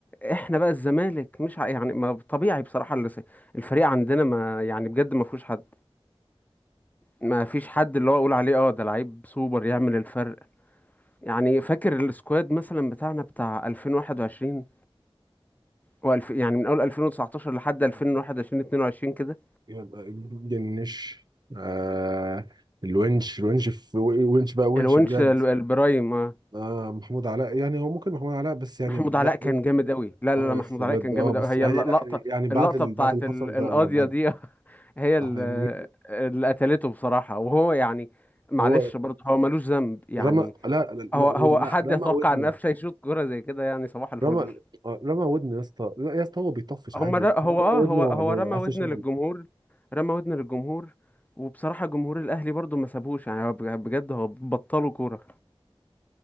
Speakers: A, on the left; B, on the right.
A: احنا بقى الزمالك مش ع- يعني ما طبيعي بصراحة اللي س- الفريق عندنا ما يعني بجد ما فيهوش حد ما فيش حد اللي هو اقول عليه اه ده لعيب سوبر يعمل الفرق يعني فاكر السكواد مثلا بتاعنا بتاع 2021 والف يعني من اول 2019 لحد 2021
B: <laughs>
A: 22 كده
B: يبقى جنش آه الونش الونش في ونش بقى ونش
A: الونش
B: بجد
A: ال- البرايم آه.
B: آه محمود علاء يعني هو ممكن محمود علاء بس يعني
A: محمود علاء
B: لا
A: كان
B: بجد
A: جامد قوي لا
B: اه
A: لا لا
B: يس
A: محمود
B: بجد
A: علاء كان
B: اه
A: جامد
B: بس
A: قوي هي
B: يعني
A: اللقطة
B: لا يعني بعد
A: اللقطة
B: ال...
A: بتاعت
B: بعد اللي
A: ال-
B: حصل
A: القاضية
B: ده اه بعد
A: دي <laughs> هي ال-
B: صح يعني
A: اللي قتلته بصراحة وهو يعني معلش
B: هو
A: برضه هو ملوش ذنب يعني
B: رمى لا لا لا,
A: هو هو
B: لا
A: حد
B: رمى
A: يتوقع
B: ودنه
A: ان قفشه يشوط كرة زي كده يعني صباح الفل
B: رمى آه، رمى ودنه يا اسطى لا يا اسطى هو بيطفش
A: هم
B: عادي
A: ر...
B: بس
A: هو
B: هو رمى
A: اه
B: ودنه
A: هو هو
B: على
A: رمى ودن
B: اساس
A: للجمهور رمى ودن للجمهور وبصراحة جمهور الأهلي برضو ما سابوش يعني هو بج- بجد هو بطلوا كورة